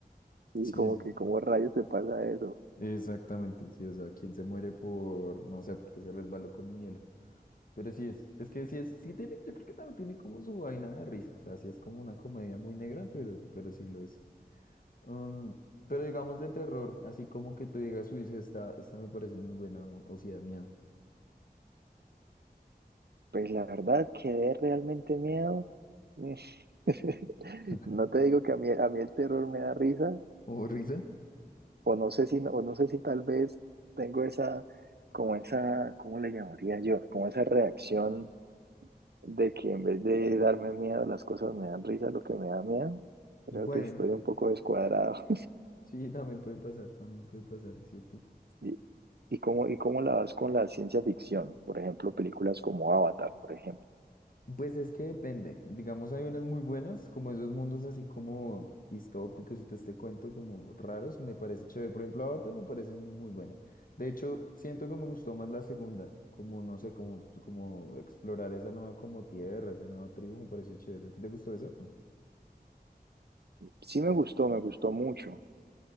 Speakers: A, on the right (about 80°); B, on the left (about 60°).
A: Y
B: Sí,
A: como
B: es
A: que, ¿cómo rayos te pasa eso?
B: Exactamente, sí, o sea, quien se muere por, no sé, porque se resbaló con un hielo. Pero sí es, es que sí es, sí tiene, yo creo que también tiene como su vaina de risa, o sea, sí es como una comedia muy negra, pero, pero sí lo es. Um, pero digamos de terror, así como que te digas, uy, sí, esta, esta me parece muy buena, o, o sí da miedo.
A: Pues la verdad, quedé realmente miedo. Mm. <laughs>
B: <laughs>
A: No te digo que a mí, a mí el terror me da risa,
B: ¿O risa?
A: o no sé si, no, o no sé si tal vez tengo esa, como esa, ¿cómo le llamaría yo? Como esa reacción de que en vez de darme miedo, las cosas me dan risa, lo que me da miedo. Creo
B: Bueno,
A: que estoy un poco descuadrado.
B: sí, también puede pasar, también puede pasar, es cierto.
A: <laughs> ¿Y, y cómo, y cómo la vas con la ciencia ficción? Por ejemplo, películas como Avatar, por ejemplo.
B: Pues es que depende. Digamos, hay unas muy buenas, como esos mundos así como distópicos y todo este cuento como raros, me parece chévere. Por ejemplo, Avatar me parece muy buena. De hecho, siento que me gustó más la segunda, como no sé, como, como explorar esa nueva como tierra, esa nueva tribu, me pareció chévere. ¿Te, te gustó eso? No.
A: Sí me gustó, me gustó mucho,